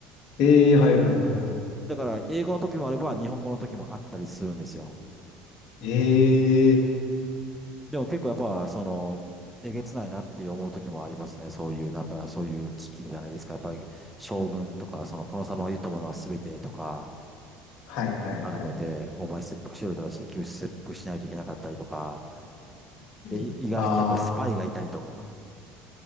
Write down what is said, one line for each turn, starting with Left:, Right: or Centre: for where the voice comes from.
Left: ええー、はいはいはいはい。
Centre: だから、英語の時もあれば、日本語の時もあったりするんですよ。
Left: ええー、
Centre: でも結構やっぱ、その、えげつないなって思う時もありますね。そういう、やっぱそういう時期じゃないですか。やっぱり、将軍とか、その殿様が言ったものは全てとか、
Left: はいはいはい。
Centre: あるので、お前切腹しろとら結局切腹しないといけなかったりとか、で意外にやっぱりスパイがいたりとか、
Left: <laughs> ああ。